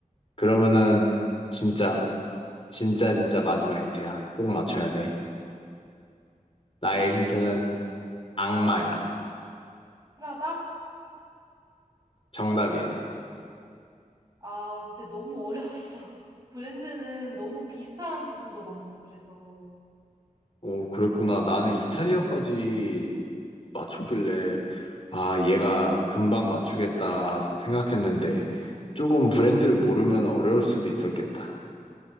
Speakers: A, on the left; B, on the right.
A: 그러면은 진짜, 진짜, 진짜 마지막 힌트야. 꼭 맞춰야 돼. 나의 힌트는 악마야.
B: 프라다?
A: 정답이야.
B: 아, 근데 너무 어려웠어. <laughs> 브랜드는 너무 비슷한 부분도 많고, 그래서.
A: 어, 그랬구나. 나는 이탈리아까지 맞췄길래, 아, 얘가 금방 맞추겠다 생각했는데, 조금 브랜드를 모르면 어려울 수도 있었겠다.